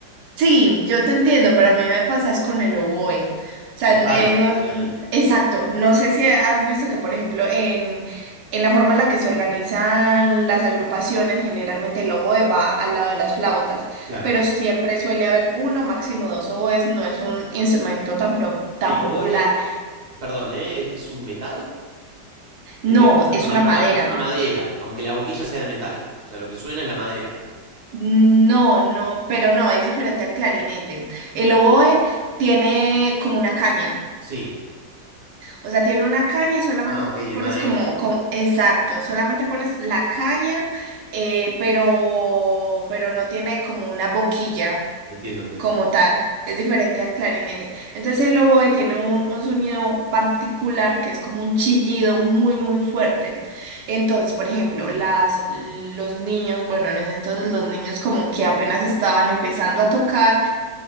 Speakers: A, on the right; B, on the right.
A: Sí, yo te entiendo, pero a mí me pasa es con el oboe. O sea,
B: Total,
A: eh, no,
B: totalmente.
A: n- exacto. No sé si has visto que, por ejemplo, en, en la forma en la que se organizan las agrupaciones, generalmente el oboe va al lado de las flautas,
B: Claro.
A: pero siempre suele haber uno, máximo dos oboes. No es un instrumento tan, pro- tan
B: El
A: popular.
B: oboe, perdón, ¿eh? ¿Es, es un metal?
A: No,
B: Me quedé pensando,
A: es
B: no,
A: una
B: es una,
A: madera.
B: es una madera, aunque la boquilla sea de metal. O sea, lo que suena es la madera.
A: No, no, pero no, es diferente al clarinete. El oboe tiene como una caña.
B: Sí.
A: O sea, tiene una caña y solamente
B: Ah, ok, de
A: pones
B: madera.
A: como, como- exacto, solamente pones la caña, eh, pero, pero no tiene como una boquilla
B: Entiendo, entiendo.
A: como tal. Es diferente al clarinete. Entonces el oboe tiene un, un sonido particular que es como un chillido muy, muy fuerte. Entonces, por ejemplo, las, los niños, bueno, en ese entonces los niños como que apenas estaban empezando a tocar.